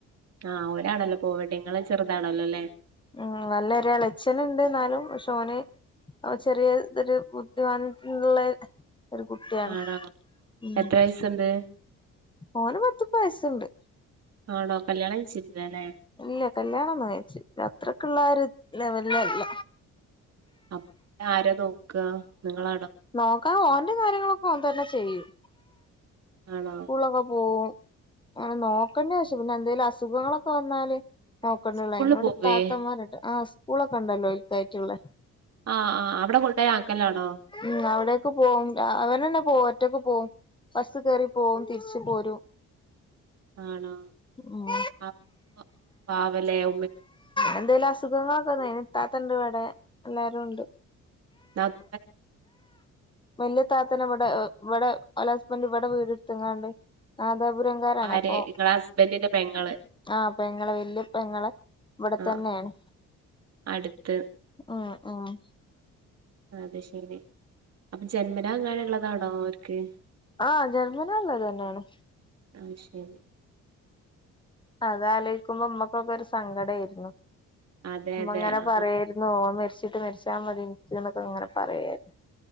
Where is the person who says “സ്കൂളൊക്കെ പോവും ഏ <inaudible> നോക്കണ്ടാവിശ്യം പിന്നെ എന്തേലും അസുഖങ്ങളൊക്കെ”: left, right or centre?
Left